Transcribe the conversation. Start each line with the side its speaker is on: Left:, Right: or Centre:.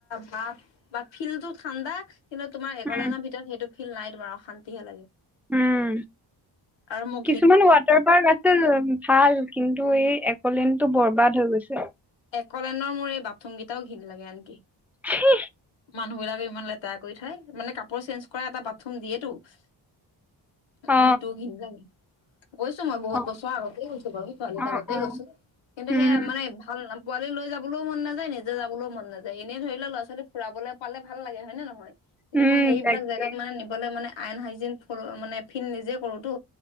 Left: ভাপ বা ফিল্ডটো ঠাণ্ডা, কিন্তু তোমাৰ একলেনৰ
Centre: উম
Left: ভিতৰত সেইটো ফিল্ড নাই। তোমাৰ অশান্তিহে লাগে।
Centre: উম।
Left: আৰু মোক
Centre: কিছুমান ৱাটাৰ পাৰ্ক আছে ভাল, কিন্তু এই একলেনটো বৰ্বাদ হৈ গৈছে।
Left: একলেনৰ মোৰ এই বাথৰুমকেইটাও ঘিণ লাগে আনকি।
Centre: ছিঃ।
Left: মানুহবিলাকে ইমান লেতেৰা কৰি থয়। মানে কাপোৰ চেঞ্জ কৰা এটা বাথৰুম দিয়েতো। মোৰ
Centre: অ
Left: সেইটো ঘিণ লাগে। গৈছোঁ মই, বহুত
Centre: অ
Left: বছৰ আগতেই গৈছোঁ বাৰু। ছোৱালীকালতেই
Centre: অ অ
Left: গৈছোঁ। কিন্তু
Centre: উম
Left: সেইয়া মানে ভাল পোৱালি লৈ যাবলৈও মন নাযায়। নিজে যাবলৈও মন নাযায়। এনেই ধৰি ল', ল'ৰা-ছোৱালী ফুৰাবলৈ পালে ভাল লাগে, হয় নে নহয়? কিন্তু
Centre: উম
Left: মই সেইবিলাক
Centre: তাকে
Left: জেগাত মানে নিবলৈ মানে আনহাইজিন ফোলো- মানে ফিল নিজে কৰোঁতো।